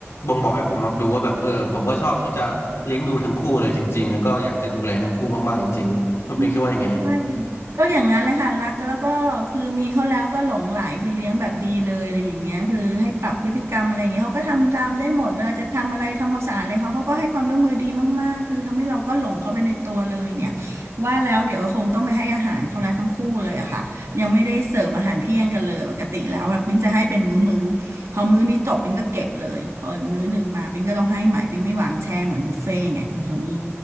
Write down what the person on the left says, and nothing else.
บ่งบอกให้ผมรับรู้ว่าแบบเออผมก็ชอบที่จะเลี้ยงดูทั้งคู่เลยจริงๆแล้วก็อยากจะดูแลทั้งคู่มากๆจริงๆคุณเป็นคิดว่ายังไง